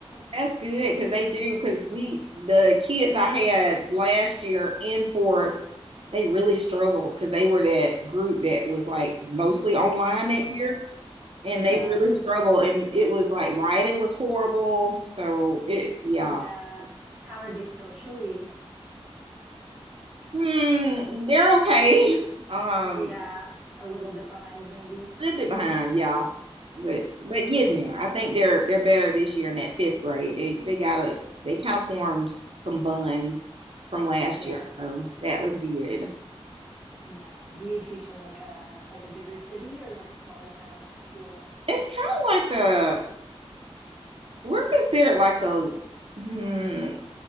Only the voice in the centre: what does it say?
<laughs>
Oh,
yeah,
yeah. How are they socially?
Yeah, a little bit behind maybe.
Yeah,
yeah,
yeah. Do you teach in like a like a bigger city or like a smaller town type school?